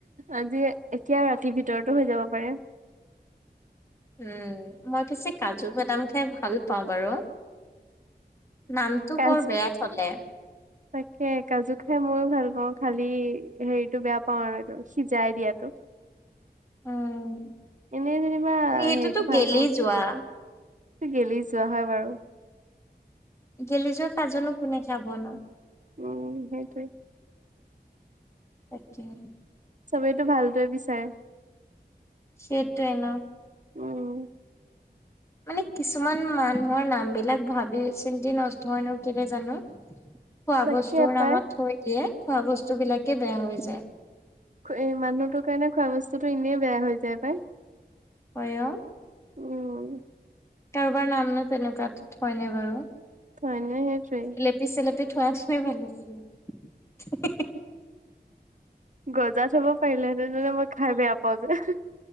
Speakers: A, on the right; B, on the left.
A: আজিয়ে এতিয়া ৰাতিৰ ভিতৰতো হৈ যাব পাৰে।
B: উম, মই পিছে কাজু বাদাম খাই ভাল পাও বাৰু। নামটো
A: কাজু
B: বৰ বেয়া থলে।
A: তাকে কাজু খাই ময় ভাল পাওঁ খালি হেৰিতটো বেয়া পাওঁ আৰু এইটো সিজাই দিয়াতো।
B: উম,
A: এনেই যেনিবা
B: সেইটোতো
A: হেৰিটো ভাল
B: গেলি
A: পাওঁ
B: যোৱা।
A: গেলি যোৱা হয় বাৰু।
B: গেলি যোৱা পাজনো কোনে খাব ন'।
A: উম, সেইটোৱেই।
B: তাকে।
A: চবেইতো ভালটোৱে বিচাৰে।
B: সেতাই ন'।
A: উম
B: মানে কিছুমান মানুহৰ নামবিলাক ভাবি চিন্তি নষ্ট হয়নো কেনে জানো। খোৱা
A: তাকে
B: বস্তুৰ নামত
A: পাই
B: থৈ দিয়ে খোৱা বস্তু বিলাকে বেয়া হৈ যায়।
A: এ মানুহটোৰ কাৰণে খোৱা বস্তুতটো এনেই বেয়া হৈ যায় পায়।
B: হয়য়স।
A: উম
B: কাৰোবাৰ নাম নো তেনেকুৱাত হয়নে বাৰু।
A: হয় নে সেইটোৱেই।
B: পিচলপি থোৱা নোৱে ভাল নছিলে।
A: গজাত থব পাৰিলেহেঁতে তে মই খাই বেয়া পাও যে।